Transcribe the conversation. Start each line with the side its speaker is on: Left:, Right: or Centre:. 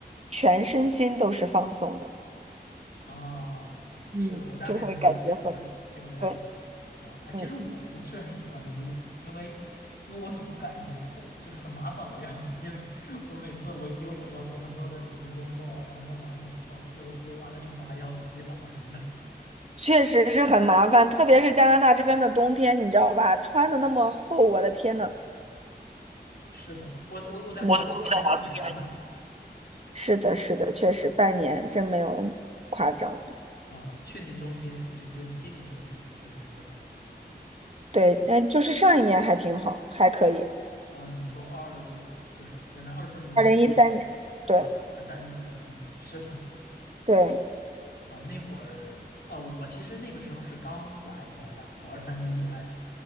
Right: 全身心都是放松的，
Left: 哦，
Right: 嗯，
Left: 是的，我大概能理解这个这个感觉
Right: 就会感觉很对，
Left: 啊。哎，
Right: 嗯，
Left: 其实我不是很喜欢游泳，因为因为我总感觉特就是很麻烦，我要洗了，<laughs> 我每次我游泳要做很多的准备工作，然后弄完了之后游游完了之后还要洗澡什么的。
Right: 确实是很麻烦，特别是加拿大这边的冬天，你知道吧？穿的那么厚，我的天呐，
Left: 是的，我我我太华冬天还挺长的
Right: 嗯，。是的，是的，确实半年真没有夸张。
Left: 啊，去年冬天就就是今年冬天确实是非常冷。
Right: 对，嗯，就是上一年还挺好，还可以。
Left: 啊，你说二就是现在于二四年初嘛，
Right: 二零一三年，
Left: 啊，
Right: 对
Left: 二二三年底，二四年初，是的，
Right: 对，
Left: 啊，那会儿啊，我其实那个时候是刚来加拿大，我二三年底来的，